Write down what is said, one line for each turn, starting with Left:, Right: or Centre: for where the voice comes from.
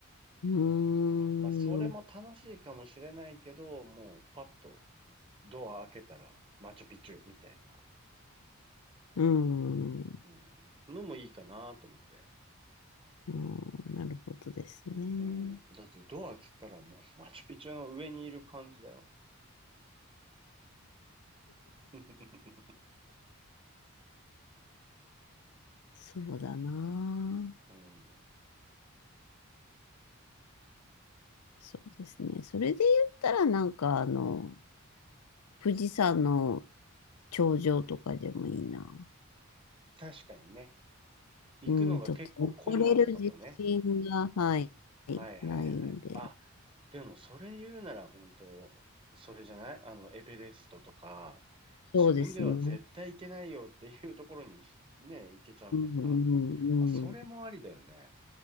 Left: ーん。
Right: まあ、それも楽しいかもしれないけど、もうパッとドア開けたらマチュピチュみたいな、
Left: うん、う
Right: うん、のもいいかなと思って。
Left: ん、なるほどですね。
Right: うん、だってドア開けたらもうマチュピチュの上にいる感じだよ。<laughs>
Left: そうだな。
Right: うん、
Left: そうですね。それで言ったらなんかあの、富士山の頂上とかでもいいな。
Right: 確かにね。行くのが結構困難なとこね。
Left: うん、ちょっと登れる自信が、はい、
Right: はいはいはい。
Left: ないんで。
Right: あ、でもそれ言うなら本当、それじゃないあの、エベレストとか、
Left: そうですね。
Right: 自分では絶対行けないよっていうところにね、行けちゃうんだから。
Left: うん、
Right: まあ、それもありだよね。
Left: うん、